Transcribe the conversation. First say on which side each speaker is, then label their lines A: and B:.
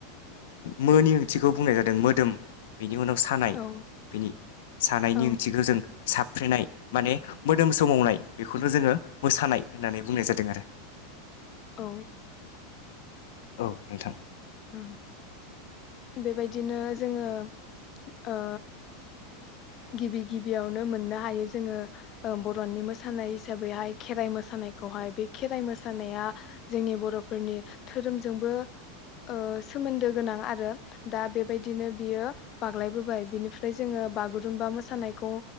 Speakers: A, on the left; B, on the left.
A: मोनि ओंथिखौ बुंनाय जादों मोदोम बेनि उनाव सा
B: औ
A: बिनि सानायनि
B: औ
A: ओंथिखौ जों साबफ्रेनाय माने मोदोम सोमावनाय बेखौनो जोङो मोसानाय होननानै बुंनाय जादों। आरो
B: औ
A: औ नोंथां
B: होम बेबायदिनो जोङो ओ गिबि गिबियावनो मोननो हायो जोङो बर'नि मोसानाय हिसाबैहाय खेराइ मोसानायखौहाय बे खेराइ मोसानाया जोंनि बर'फोरनि धोरोमजोंबो ओ सोमोन्दो गोनां आरो दा बेबायदिनो बियो बाग्लायबोबाय बिनिफ्राय जोङो बागुरुम्बा मोसानायखौ